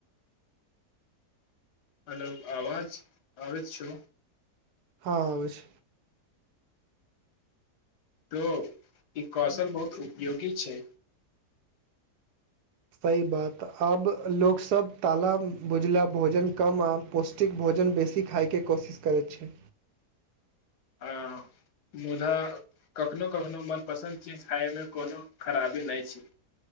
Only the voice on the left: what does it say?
हलौ आवाज आबैत छौ
त ई कौशल बहुत उपयोगी छै
आ मुदा कखनो कखनो मनपसन्द चीज खायमे कोनो खराबी नहि छै